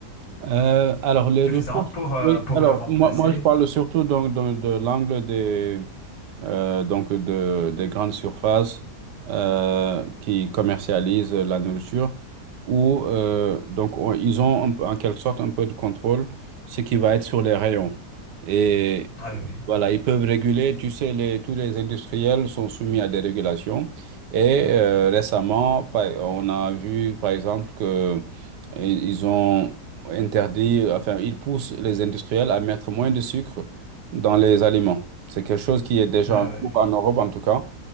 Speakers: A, on the right; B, on the left.
A: Euh, alors, les
B: suffisante
A: ressources,
B: pour, euh,
A: oui,
B: pour
A: alors
B: le remplacer.
A: moi, moi je parle surtout donc, de, de l'angle des, euh, donc de, des grandes surfaces euh, qui commercialisent la nourriture, où euh, donc, on- ils ont un peu- en quelque sorte un peu de contrôle, ce qui va être sur les rayons. Et
B: Ouais, oui,
A: voilà, ils peuvent réguler. Tu sais, les, tous les industriels sont soumis à des régulations. Et euh, récemment, par- on a vu, par exemple, que i- ils ont interdit, enfin, ils poussent les industriels à mettre moins de sucre dans les aliments. C'est quelque chose qui est déjà
B: Ouais,
A: en cours en Europe, en tout cas.